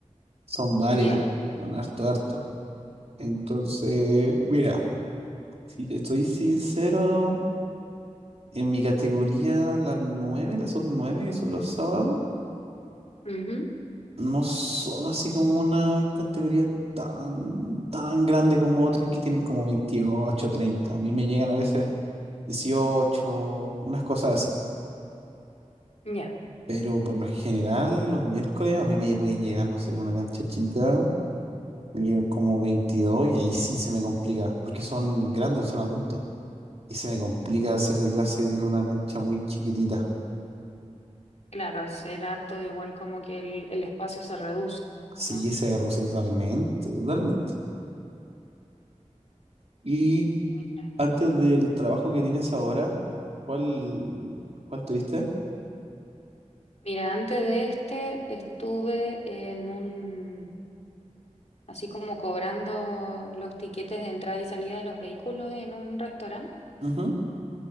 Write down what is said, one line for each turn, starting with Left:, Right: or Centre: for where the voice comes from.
Right: Son varios.
Left: Ya,
Right: Son harto, harto. Entonces, mira, si te estoy sincero, en mi categoría, las nueve las sub 9 que son los sábados,
Left: ujú,
Right: no son así como una categoría tan, tan grande como otras que tienen como veintiocho treinta A mí me llegan a veces dieciocho unas cosas así.
Left: Ya.
Right: Pero por lo general, los miércoles a mí me pueden llegar, no sé, una cancha chica. Yo como 22 y ahí sí se me complica, porque son grandes, son adultos. Y se me complica hacerle clase en una cancha muy chiquitita.
Left: Claro, hacer harto igual como que el, el espacio se reduce,
Right: Sí,
Left: ¿no?
Right: se reduce totalmente, totalmente. Y
Left: Mira,
Right: antes del trabajo que tienes ahora, ¿cuál, cuál tuviste?
Left: Mira, antes de este estuve en un, así como cobrando los tiquetes de entrada y salida de los vehículos en un restaurante.
Right: Ujú,